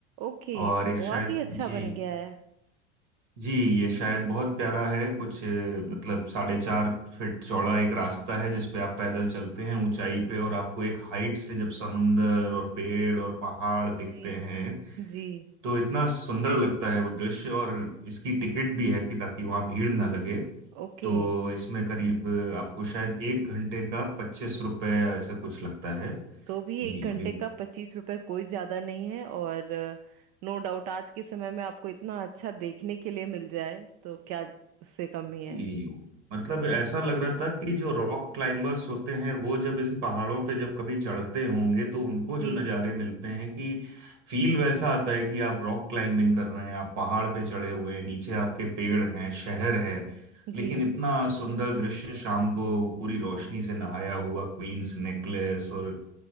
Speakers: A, on the right; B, on the right.
A: ओके
B: और
A: तो
B: एक
A: बहुत
B: शायद
A: ही अच्छा
B: जी
A: बन गया है
B: जी ये शायद बहुत प्यारा है कुछ अ, मतलब साढ़े चार फीट चौड़ा एक रास्ता है जिसपे आप पैदल चलते हैं ऊंचाई पे और आपको एक हाइट से जब समंदर और पेड़ और पहाड़ दिखते
A: जी
B: हैं
A: जी
B: तो इतना सुंदर लगता है वो दृश्य और इसकी टिकट भी है कि ताकि वहां भीड़ ना लगे
A: ओके
B: तो इसमें करीब अ, आपको शायद एक घंटे का पच्चीस रुपए ऐसा कुछ लगता है
A: तो भी
B: जी
A: एक घंटे
B: अभी
A: का पच्चीस रुपए कोई ज्यादा नहीं है और नो डाउट आज के समय में आपको इतना अच्छा देखने के लिए मिल जाए तो क्या उससे कम
B: कि
A: ही है
B: मतलब ऐसा
A: जी
B: लग रहा था कि जो रॉक क्लाइंबर्स होते हैं वो जब इन पहाड़ों पे जब कभी चढ़ते होंगे तो उनको
A: जी
B: जो नज़ारे मिलते हैं कि फील वैसा आता है कि आप रॉक क्लाइंबिंग कर रहे हैं आप पहाड़ पे चढ़े हुए हैं नीचे आपके पेड़ हैं शहर है लेकिन
A: जी
B: इतना सुंदर दृश्य शाम को पूरी रोशनी से नहाया हुआ क्वींस नेकलेस और